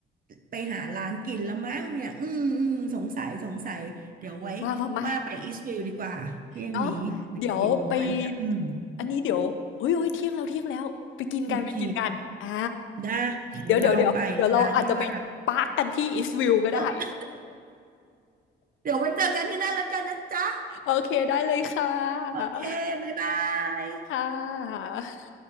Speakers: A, on the right (about 45°); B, on the left (about 80°).
A: ไปหาร้านกินแล้วมั้งเนี่ยอืมอืมสงสัยสงสัยเดี๋ยวไว้
B: ๆมามามา
A: ว่าไปอีสต์วิวดีกว่าเที่ยงนี้
B: เนาะเดี๋ยวไป
A: กี่โมงแล้วนะอืม
B: อันนี้เดี๋ยวโอ้ยโอ้ยเที่ยงแล้วเที่ยงแล้วไปกินกันไปกินกันอ่า
A: โอเคได้เดี๋ยวลองไปร้านที่ว่า
B: เดี๋ยวเดี๋ยวเดี๋ยวเดี๋ยวเราอาจจะไปปาร์กกันที่อิสวิลก็ได้
A: เออเดี๋ยวไว้เจอกันที่นั่นแล้วกันนะจ๊ะ
B: โอเคได้เลยค่ะ
A: โอเคบ๊ายบาย
B: ค่ะ